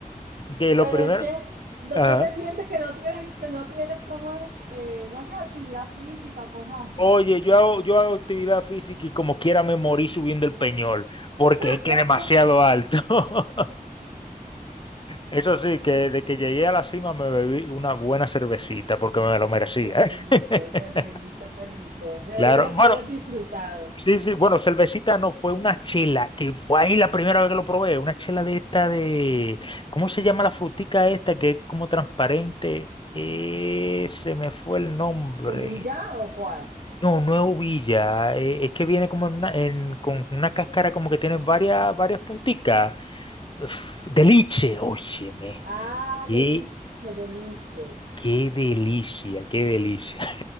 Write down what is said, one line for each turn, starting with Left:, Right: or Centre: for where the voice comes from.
Left: Que lo
Right: Pero
Left: primero,
Right: es que no-
Left: ajá.
Right: tú te sientes que no tienes, que no tienes cómo es, eh, no haces actividad física o cosas así.
Left: Oye, yo hago, yo hago actividad física y como quiera me morí subiendo el peñol, porque
Right: <laughs>
Left: es que demasiado alto. <laughs> Eso sí, que de que llegué a la cima me bebí una buena cervecita porque me lo merecía.
Right: Qué rico,
Left: <laughs>
Right: qué rico, qué rico. Me alegra
Left: Claro, bueno,
Right: que hayas disfrutado.
Left: Sí, sí, bueno, cervecita no, fue una chela, que fue ahí la primera vez que lo probé, una chela de esta de, ¿cómo se llama la frutica esta que es como transparente? Eh, se me fue el nombre.
Right: ¿Ubilla o cuál?
Left: No, no es uvilla, eh, es que viene como en una- en- con una cáscara como que tiene varias, varias punticas. Uf, de liche, óyeme,
Right: Ah,
Left: qué,
Right: deliche, deliche.
Left: qué delicia, qué delicia.